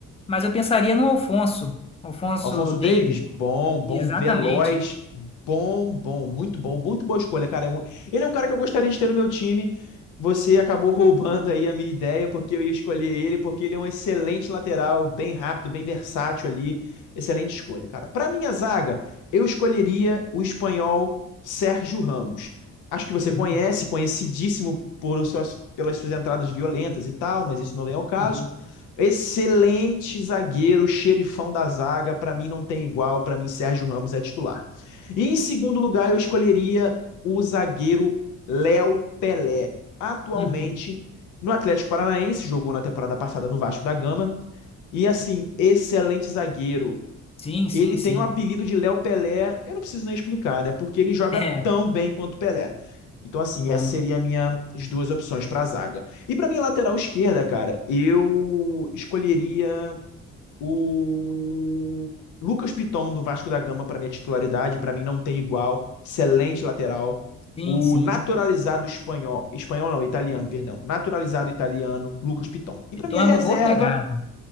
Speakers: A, on the left; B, on the left.
A: Mas eu pensaria no Alfonso, Alfonso
B: Alfonso
A: Davies.
B: Davis, bom, bom,
A: Exatamente.
B: veloz, bom, bom, muito bom, muito boa escolha, cara. É um- Ele é um cara que eu gostaria de ter no meu time. Você acabou roubando aí a minha ideia, porque eu ia escolher ele, porque ele é um excelente lateral, bem rápido, bem versátil ali. Excelente escolha, cara. Para minha zaga, eu escolheria o espanhol Sérgio Ramos. Acho que você
A: Uhum,
B: conhece, conhecidíssimo por suas, pelas suas entradas violentas e tal, mas isso não vem ao caso.
A: uhum,
B: Excelente zagueiro, xerifão da zaga, para mim não tem igual, para mim Sérgio Ramos é titular. E em segundo lugar, eu escolheria o zagueiro Léo Pelé. Atualmente
A: uhum.
B: no Atlético Paranaense, jogou na temporada passada no Vasco da Gama. E assim, excelente zagueiro.
A: Sim, sim,
B: Ele
A: sim.
B: tem o apelido de Léo Pelé, eu não preciso nem explicar, né? Porque ele joga
A: É,
B: tão bem quanto Pelé. Então, assim,
A: bom.
B: essa seria a minha as duas opções para zaga. E para minha lateral esquerda, cara, eu escolheria o Lucas Piton do Vasco da Gama para minha titularidade, para mim não tem igual, excelente lateral.
A: Sim,
B: O
A: sim.
B: naturalizado espanhol, espanhol não, italiano, perdão, naturalizado italiano, Lucas Piton. E para
A: Então
B: minha
A: é
B: reserva,
A: uma boa pegada.